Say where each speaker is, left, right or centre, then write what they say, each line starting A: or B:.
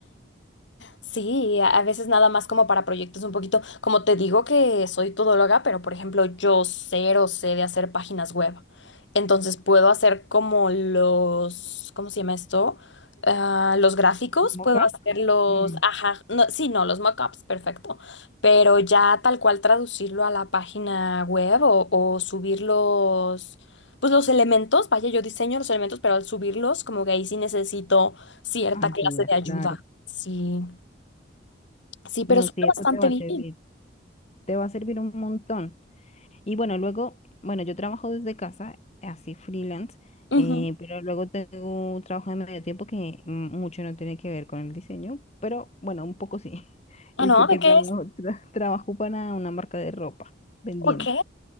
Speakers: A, on the left; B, on the left.
A: Sí, a a veces nada más como para proyectos un poquito, como te digo que soy todóloga, pero por ejemplo yo cero sé de hacer páginas web. Entonces puedo hacer como los, ¿cómo se llama esto? Ah, los gráficos,
B: <laughs> Mockup,
A: puedo hacer los,
B: mm,
A: ajá, no, sí, no, los mockups, perfecto. Pero ya tal cual traducirlo a la página web o, o subir los, pues los elementos, vaya, yo diseño los elementos, pero al subirlos como que ahí sí necesito cierta
B: ayuda,
A: clase de ayuda.
B: claro.
A: Sí. Sí, pero
B: No,
A: suena
B: sí,
A: bastante
B: eso te va
A: bien.
B: a servir. Te va a servir un montón. Y bueno, luego, bueno, yo trabajo desde casa, así freelance,
A: Ujú.
B: eh, pero luego tengo un trabajo de medio tiempo que mm, mucho no tiene que ver con el diseño, pero bueno, un poco sí. <laughs>
A: Ah,
B: Y
A: no,
B: porque
A: ¿de qué
B: trabajo,
A: es?
B: tra- trabajo para una marca de ropa vendiendo.
A: Ok,